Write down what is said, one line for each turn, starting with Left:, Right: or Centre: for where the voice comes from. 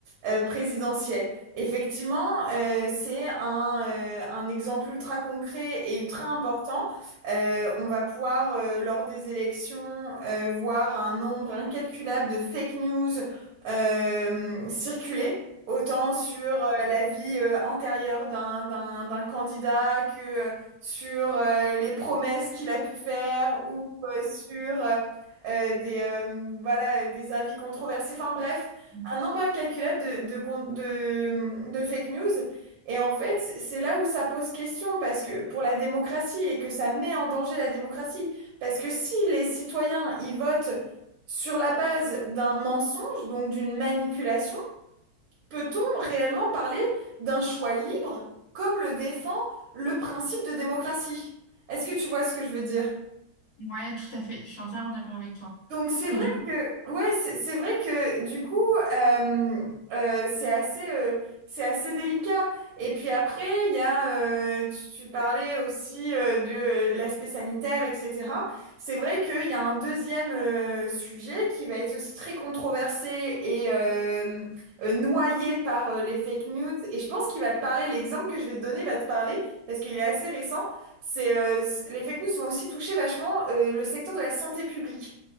Right: euh, présidentielles. Effectivement, euh, c'est un, euh, un exemple ultra concret et ultra important. Euh, on va pouvoir, euh, lors des élections, euh, voir un nombre incalculable de fake news euh, circuler, autant sur euh, la vie euh, antérieure d'un, d'un, d'un candidat que euh, sur euh, les promesses qu'il a pu faire ou euh, sur euh, euh, des, euh, voilà, euh, des avis controversés. Enfin bref,
Left: <laughs>
Right: un nombre incalculable de, de, con- de, de fake news. Et en fait, c'est là où ça pose question parce que pour la démocratie et que ça met en danger la démocratie. Parce que si les citoyens, ils votent sur la base d'un mensonge, donc d'une manipulation, peut-on réellement parler d'un choix libre comme le défend le principe de démocratie? Est-ce que tu vois ce que je veux dire?
Left: Ouais, tout à fait. Je suis entièrement d'accord avec toi.
Right: Donc c'est
Left: Parce que
Right: vrai
Left: du coup, tout
Right: que ouais c'est c'est vrai que du coup euh, euh, c'est assez euh, c'est assez délicat et puis après il y a euh, tu, tu parlais aussi euh, de euh, l'aspect sanitaire etc c'est vrai qu'il y a un deuxième euh, sujet qui va être aussi très controversé et euh, euh, noyé par euh, les fake news et je pense qu'il va te parler l'exemple que je vais te donner va te parler parce qu'il est assez récent c'est euh, c- les fake news vont aussi toucher vachement euh, le secteur de la santé publique